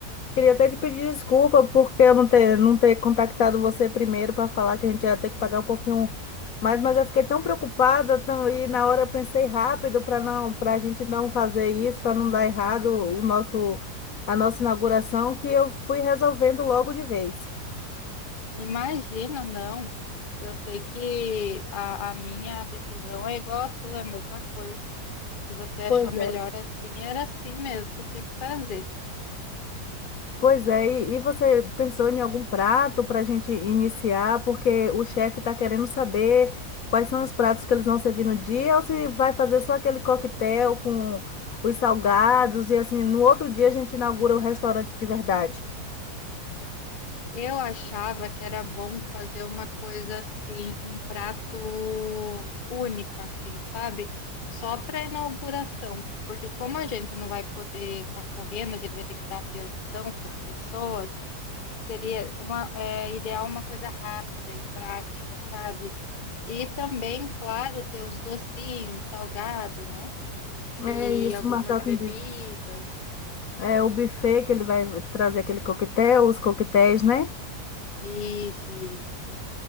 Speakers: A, on the left; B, on the left.
A: Queria até te pedir desculpa porque eu não ter, não ter contactado você primeiro para falar que a gente ia ter que pagar um pouquinho mais, mas eu fiquei tão preocupada tão- e na hora eu pensei rápido para não, para a gente não fazer isso, para não dar errado o nosso, a nossa inauguração, que eu fui resolvendo logo de vez.
B: Imagina, não. Eu sei que a, a minha decisão é igual à tua, é a mesma coisa. Se você achou
A: Pois
B: melhor
A: é.
B: assim, era assim mesmo que tinha que fazer.
A: Pois é, e, e você pensou em algum prato para a gente iniciar? Porque o chefe está querendo saber quais são os pratos que eles vão servir no dia, ou se vai fazer só aquele coquetel com os salgados, e assim, no outro dia a gente inaugura o restaurante de verdade.
B: Eu achava que era bom fazer uma coisa assim, um prato único, assim, sabe? Só para inauguração, porque como a gente não vai poder estar correndo, a gente vai ter que dar atenção para as pessoas, seria uma, é, ideal uma coisa rápida e prática, sabe? E também, claro, ter uns docinhos, salgado, né? E
A: É isso,
B: algumas
A: marcar
B: bebidas.
A: com o bu- é, o buffet que ele vai trazer aquele coquetel, os coquetéis, né?
B: Isso, isso.